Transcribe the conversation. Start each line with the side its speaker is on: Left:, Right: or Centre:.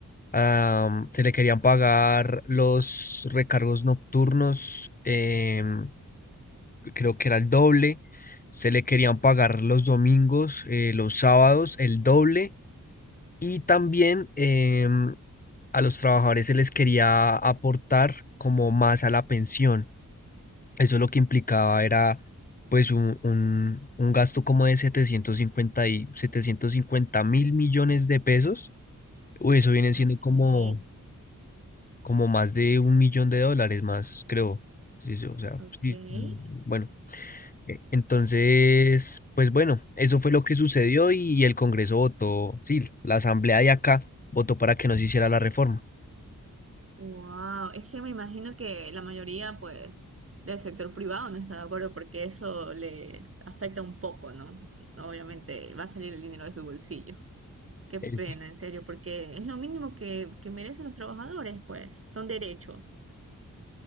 Left: Am, se le querían pagar los recargos nocturnos, em, creo que era el doble. Se le querían pagar los domingos, eh, los sábados, el doble. Y también em, a los trabajadores se les quería aportar como más a la pensión. Eso lo que implicaba era pues un, un, un gasto como de setecientos cincuenta y 750 mil millones de pesos. Uy, eso viene
Right: Okay,
Left: siendo como, como más de un millón de dólares más, creo. Sí, sí, o sea,
Right: okay.
Left: sí, mm, bueno. eh, Entonces, pues bueno, eso fue lo que sucedió y, y el Congreso votó, sí, la Asamblea de acá votó para que no se hiciera la reforma.
Right: Wow, es que me imagino que la mayoría, pues, del sector privado no está de acuerdo porque eso les afecta un poco, ¿no? Obviamente va a salir el dinero de su bolsillo. Qué pena,
Left: Eh,
Right: en serio, porque es lo mínimo que, que merecen los trabajadores, pues, son derechos.